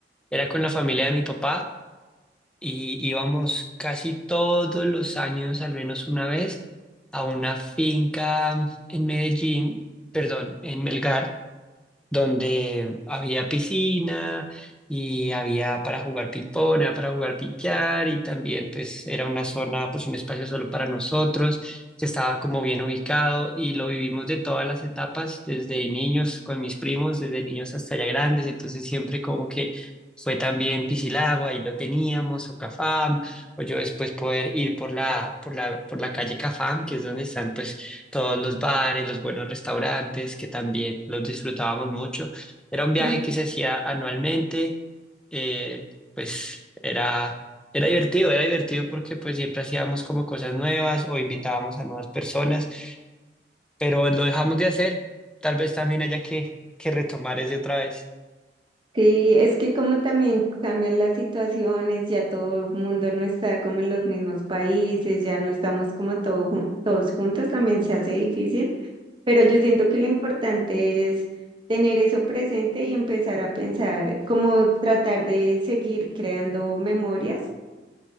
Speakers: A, in the centre; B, on the right.
A: era con la familia de mi papá. y íbamos casi todos los años, al menos una vez, a una finca en Medellín, perdón, en Melgar donde había piscina y había para jugar ping-pong, había para jugar billar y también pues era una zona, pues un espacio solo para nosotros, que estaba como bien ubicado y lo vivimos de todas las etapas, desde niños con mis primos, desde niños hasta ya grandes, entonces siempre como que fue también Piscilago, ahí lo teníamos, o Cafam, o yo después poder ir por la, por la, por la calle Cafam, que es donde están pues todos los bares, los buenos restaurantes, que también los disfrutábamos mucho. Era un viaje
B: Mm.
A: que se hacía anualmente, eh, pues era, era divertido, era divertido porque pues siempre hacíamos como cosas nuevas o invitábamos a nuevas personas, pero lo dejamos de hacer. Tal vez también haya que, que retomar ese otra vez.
B: Sí, es que como también cambian las situaciones, ya todo el mundo no está como en los mismos países, ya no estamos como todo jun- todos juntos, también se hace difícil, pero yo siento que lo importante es tener eso presente y empezar a pensar, como tratar de seguir creando memorias